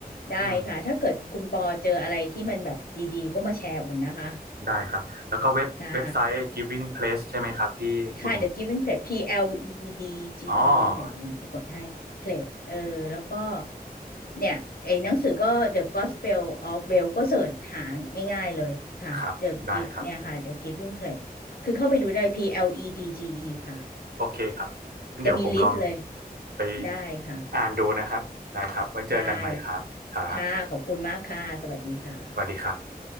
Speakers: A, on the left; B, on the right.
A: ได้ค่ะ
B: อืม
A: ถ้าเกิดคุณปอเจออะไรที่มันแบบดีๆก็มาแชร์อุ่นนะคะ
B: ได้ครับ แล้วก็เว็บเว็บไซต์
A: ค่ะ
B: Giving Place ใช่ไหมครับที่คุณอุ่น
A: ค่ะ The Giving Plate P L E D G
B: อ๋อ
A: E มั้งเดี๋ยวอุ่นสะกดให้ Plate เออแล้วก็เนี่ย ไอ้หนังสือก็ The Gospel of Well ก็เสิร์ชหาง่ายๆเลยค่ะ
B: ครับได้ครับ
A: The Give เนี่ยค่ะ The Giving Plate คือเข้าไปดูได้ P L E D G E ค่ะ
B: โอเคครับงั้นเดี๋ยวผมลอง
A: จะมีลิสต์เลย
B: ไป
A: ได้ค่ะ
B: อ่านดูนะครับ ได้ครับไว้เจอกันใหม่ครับครับ
A: ได้ ค่ะขอบคุณมากค่ะ สวัสดีค่ะ
B: สวัสดีครับ